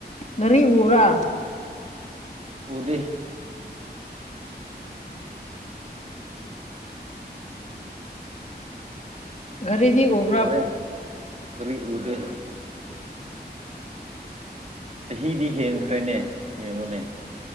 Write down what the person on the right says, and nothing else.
ꯎꯗꯦ
ꯑꯣꯔꯦ ꯒꯔꯤ ꯎꯗꯦ ꯆꯍꯤꯗꯤ ꯍꯦꯟꯈ꯭ꯔꯦꯅꯦ ꯌꯦꯡꯉꯨꯅꯦ